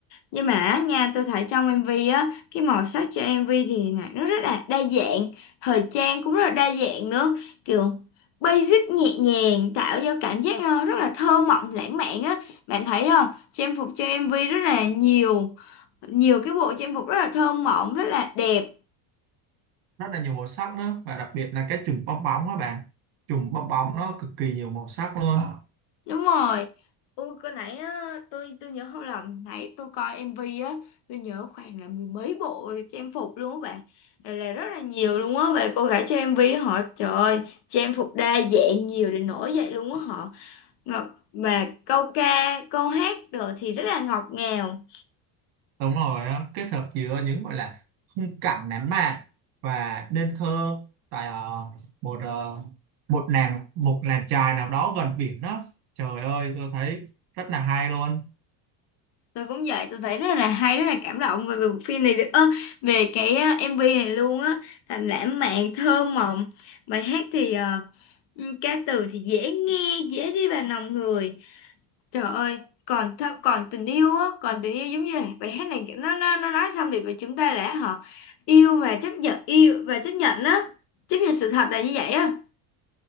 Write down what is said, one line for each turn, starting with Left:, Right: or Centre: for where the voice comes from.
Left: Nhưng mà á nha, tôi thấy trong MV á, cái màu sắc cho MV thì này nó rất là đa dạng, thời trang cũng rất là đa dạng nữa, kiểu basic nhẹ nhàng tạo cho cảm giác ờ, rất là thơ mộng lãng mạn á. Bạn thấy không? Trang phục cho MV rất là nhiều, nhiều cái bộ trang phục rất là thơ mộng, rất là đẹp.
Right: rất là nhiều màu sắc nữa và đặc biệt là cái chùm bong bóng á bạn chùm bong bóng nó cực kỳ nhiều màu sắc luôn
Left: Đúng rồi. Ui cái nãy á, tôi tôi nhớ không lầm nãy tôi coi MV á tôi nhớ khoảng là mười mấy bộ trang phục luôn á bạn là, là rất là nhiều luôn á và cô gái trong em á, họ trời ơi trang phục đa dạng nhiều đến nỗi vậy luôn á họ ngọt và câu ca câu hát rồi thì rất là ngọt ngào
Right: đúng rồi á, kết hợp giữa những gọi là khung cảnh lãng mạn và nên thơ tại ờ, một ờ, một làng một làng chài nào đó gần biển đó trời ơi tôi thấy rất là hay luôn
Left: tôi cũng vậy tôi thấy rất là hay rất là cảm động về về bộ phim này được ơ, về cái á, MV này luôn á thành lãng mạn thơ mộng bài hát thì ờ, ừ, ca từ thì dễ nghe dễ đi vào lòng người Trời ơi, còn th còn tình yêu á, còn tình yêu giống như là bài hát này kiểu nó nó nó nói xong thì chúng ta lẽ họ yêu và chấp nhận yêu và chấp nhận á, chấp nhận sự thật là như vậy á.